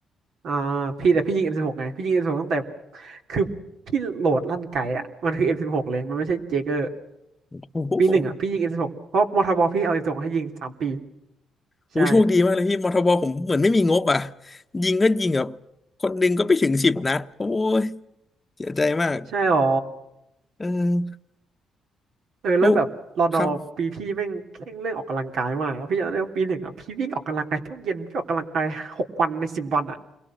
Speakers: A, on the right; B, on the left.
A: อ่าพี่แต่พี่ยิง M16 ไงพี่ยิง M16 ตั้งแต่คือพี่โหลดลั่นไกอะมันคือ M16 เลยมันไม่ใช่เจเกอร์
B: โอ้โหโอ้
A: ปีหนึ่งอ่ะพี่ยิง M16 เพราะมทบพี่เอา M16 ให้ยิงสามปี
B: โห
A: ใช่
B: โชคดีมากเลยพี่มทบผมเหมือนไม่มีงบอ่ะยิงก็ยิงแบบคนหนึ่งก็ไปถึงสิบนัด โอ้ยเสียใจมาก
A: ใช่หรอ
B: เออ
A: เออแล้วแบบรอนอปีพี่แม่งเคร่งเรื่องออกกำลังกายมากแล้วพี่จำได้ว่าปีหนึ่งอ่ะพี่วิ่งออกกำลังกายทุกเย็นพี่ออกกำลังกายหกวันในสิบวันอ่ะ
B: แล้วครับ